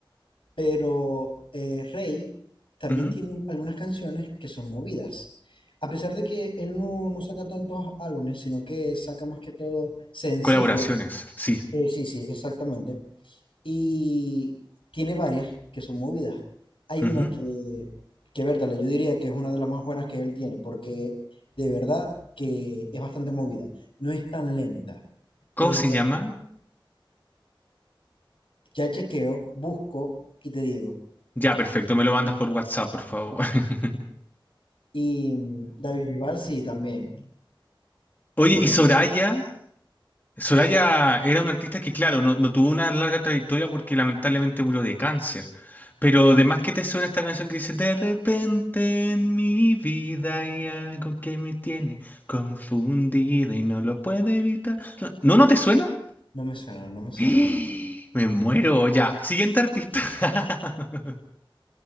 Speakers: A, on the left; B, on the left.
A: pero eh, Rey también
B: Ujú.
A: tiene algunas canciones que son movidas. A pesar de que él no, no saca tantos álbumes, sino que saca más que todo sencillo
B: Colaboraciones, sí.
A: Eh, sí, sí, exactamente. Y tiene varias que son movidas. Hay
B: Ujú.
A: una que, que Bertale, yo diría que es una de las más buenas que él tiene, porque de verdad que es bastante movida. No es tan lenta.
B: ¿Cómo
A: Entonces,
B: se llama?
A: ya chequeo, busco y te digo.
B: Ya, perfecto, me lo mandas por WhatsApp, por favor. <laughs>
A: Y mm, David Bisbal sí, también.
B: Oye,
A: Tiene,
B: y Soraya, Soraya era una artista que, claro, no, no tuvo una larga trayectoria porque lamentablemente murió de cáncer. Pero además que te suena esta canción que dice, De repente en mi vida hay algo que me tiene confundida y no lo puedo evitar. ¿No no, no te suena?
A: no me suena, no me suena.
B: <gasps> Me muero, ya. Siguiente artista. <laughs>